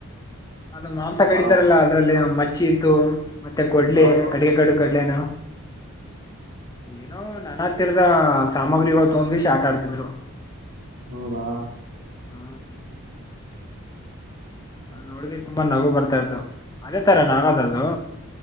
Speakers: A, on the left; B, on the right.
A: ಅದು ಮಾಂಸ ಕಡಿತಾರಲ್ಲ
B: ಹೌದು
A: ಅದ್ರಲ್ಲಿ ಮಚ್ಚಿ ಇತ್ತು ಮತ್ತೆ ಕೊಡ್ಲೆ
B: ಹೌದು
A: ಅಡಗೆ ಕಡು ಕಡ್ಲೆನ. ಏನೋ ನನ್ನ ಹತ್ತಿರದ ಸಾಮಗ್ರಿಗಳು ತೊಗೊಂಡ್ಕ್ಯಾಸಿ ಆಟ ಆಡಿಸಿದ್ರು.
B: ಹೌದಾ.
A: ಹಾ. ನಾ ನೋಡ್ಗಿ ತುಂಬಾ ನಗು ಬರ್ತಾ ಇತ್ತು ಅದೇ ತರನಾಗದ ಅದು.